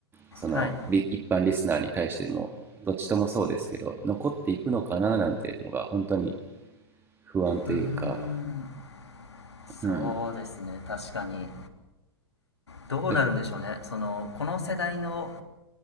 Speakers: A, on the right (about 15°); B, on the left (about 75°).
A: その一般リスナーに対してもどっちともそうですけど残っていくのかななんていうのが本当に
B: はい
A: 不安というか、
B: うーんそうですね確かに
A: うん、
B: どうなるんでしょうねそのこの世代の
A: で